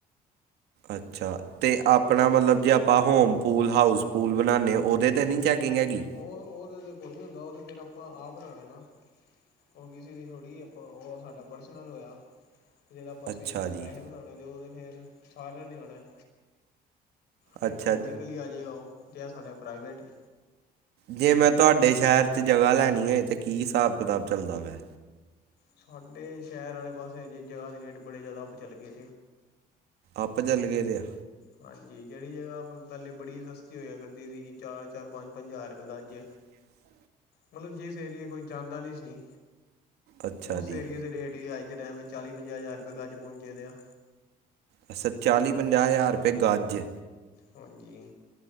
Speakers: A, on the right; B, on the left.
A: ਅੱਛਾ, ਤੇ ਆਪਣਾ
B: ਇਸ ਕਰਕੇ
A: ਮਤਲਬ ਜੇ ਆਪਾਂ ਹੋਮ ਪੂਲ ਹਾਊਸ ਪੂਲ ਬਣਾਂਨੇ ਆ, ਉਹਦੇ ਤੇ ਨਹੀਂ ਚੈਕਿੰਗ ਹੈਗੀ?
B: ਉਹ ਉਹਦੇ ਤੇ ਕੋਈ ਨੀ ਹੁੰਦਾ, ਉਹ ਤੇ ਫੇਰ ਆਪਾਂ ਆਪ ਬਣਾਣੈ ਨਾ। ਉਹ ਕਿਸੇ ਦੀ ਥੋੜ੍ਹੀ ਆਪਾਂ, ਉਹ ਸਾਡਾ ਪਰਸਨਲ ਹੋਇਆ। ਜਿੜੇ ਆਪਾਂ
A: ਅੱਛਾ
B: ਸਵੀਮਿੰਗ ਪੂਲ
A: ਜੀ
B: ਲ ਵੈਹੇ ਬਣਾਣਾ, ਤੇ ਓ ਤੇ ਫਿਰ ਸਾਰਿਆਂ ਨੇ ਆਣੈ। ਇਹ
A: ਅੱਛਾ
B: ਪਬਲਿਕਲੀ ਆਜੇਗਾ ਉਹ, ਤੇ ਐ ਸਾਡਾ ਪ੍ਰਾਈਵੇਟ ਏ।
A: ਜੇ ''ਮੈਂ ਤੁਹਾਡੇ ਸ਼ਹਿਰ 'ਚ ਜਗ੍ਹਾ ਲੈਣੀ ਹੈਤਾਂ ਕੀ ਹਿਸਾਬ ਕਿਤਾਬ ਚੱਲਦਾ ਪਿਆ?
B: ਸਾਡੇ, ਸ਼ਹਿਰ ਵਾਲੇ ਪਾਸੇ ਅਜੇ ਜਗ੍ਹਾ ਦੇ ਰੇਟ ਬੜੇ ਜ਼ਿਆਦਾ ਆਪ ਚਲੇ ਗਏ।
A: ਅੱਪ ਜੱਲ ਗਏ ਦੇ ਆ?
B: ਹਾਂਜੀ, ਜਿਹੜੀ ਜਗ੍ਹਾ ਪਹਿਲੇ ਬੜੀ ਸਸਤੀ ਹੋਇਆ ਕਰਦੀ ਸੀਗੀ, ਚਾਰ-ਚਾਰ, ਪੰਜ-ਪੰਜ ਹਜਾਕ ਰਪਏ ਗੱਜ।
A: <inaudible>
B: ਮਤਲਬ ਜਿਸ ਏਰੀਏ ਕੋਈ ਜਾਂਦਾ ਨਹੀਂ ਸੀ
A: ਅੱਛਾ
B: ਉਸ
A: ਜੀ
B: ਏਰੀਏ ਦੇ ਰੇਟ ਹੀ ਅੱਜ ਦੇ ਟਾਈਮ ਚ ਚਾਲੀ ਪੰਜਾਹ ਹਜ਼ਾਰ ਰੁਪਏ ਗੱਜ ਪਹੁੰਚੇ ਦੇ ਆ।
A: ਅੱ ਸ ਚਾਲੀ ਪੰਜਾਹ ਹਜ਼ਾਰ ਰੁਪਏ ਗਜ।
B: ਹਾਂਜੀ।